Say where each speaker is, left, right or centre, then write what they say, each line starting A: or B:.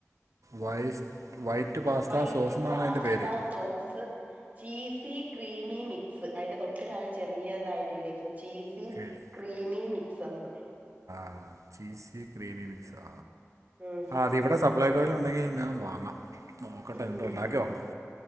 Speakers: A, on the right; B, on the right.
A: വൈസ് വൈറ്റ് പാസ്ത
B: വൈറ്റ്
A: സോസ് എന്നാണ്
B: പാസ്ത
A: അതിൻ്റെ പേര്
B: സോസ് ചീസി ക്രീമി മിക്സ് അതിന്റെ തൊട്ട താണ് ചെറിയതായിട്ട് എഴുതിേക്കുന്നത് ചീസ്
A: എഴ്-
B: ക്രീമീ സന്ന്
A: ആ ചീസി ക്രീംമി മിക്സാ
B: ഉം
A: അതിവിടെ സപ്ലൈ കോയില് ഉണ്ടെങ്കിൽ ഞാൻ വാങ്ങാം നോക്കട്ടെ എന്നിട്ട്
B: ഉം
A: ഉണ്ടാക്കി നോക്കണം